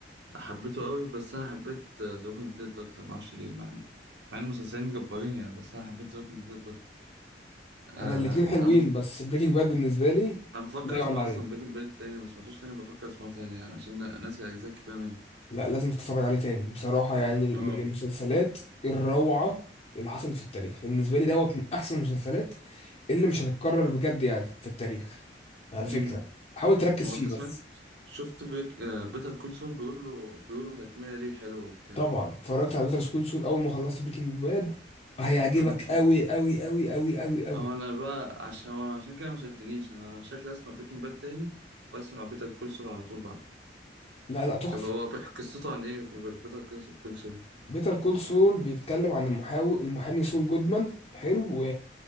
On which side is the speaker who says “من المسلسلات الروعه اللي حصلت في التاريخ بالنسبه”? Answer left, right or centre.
Left